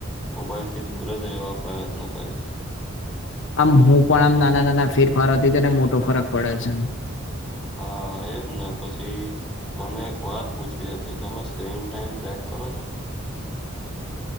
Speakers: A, in the centre; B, on the left (about 65°).
A: મોબાઈલથી દૂર જ રહેવા પ્રયત્ન કરીશ
B: આમ હું પણ આમ નાના નાના ફેરફારોથી તો ને મોટો ફરક પડે છે
A: હા એજ ને પછી મને એક વાત પૂછવી હતી તમે સ્ક્રીન ટાઈમ ટ્રેક કરો છો